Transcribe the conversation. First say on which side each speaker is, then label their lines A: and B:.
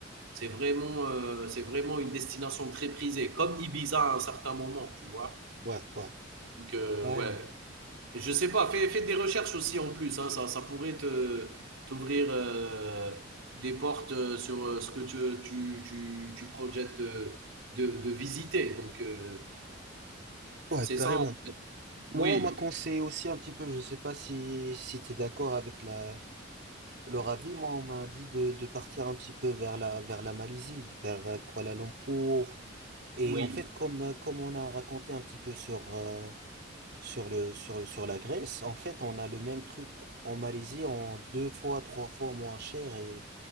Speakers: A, on the right; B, on the right.
A: c'est vraiment, heu, c'est vraiment une destination très prisée, comme Ibiza à un certain moment, tu vois?
B: ouais, ouais,
A: Donc, euh,
B: carrément.
A: ouais. Et je sais pas, fais, fais des recherches aussi en plus. hein, ça, ça pourrait te t'ouvrir euh, des portes euh, sur euh, ce que tu, tu, tu, tu projettes de, de, de visiter. Donc, euh,
B: Ouais,
A: c'est
B: carrément.
A: ça en fait.
B: Moi,
A: Oui,
B: on m'a conseillé aussi un petit peu, je sais pas si, si tu es d'accord avec la... Leur avis, moi, on m'a dit de, de partir un petit peu vers la, vers la Malaisie, vers euh, Kuala Lumpur. Et
A: oui,
B: en fait, comme, euh, comme on a raconté un petit peu sur, euh, sur le, sur, sur la Grèce, en fait, on a le même truc en Malaisie en deux fois, trois fois moins cher et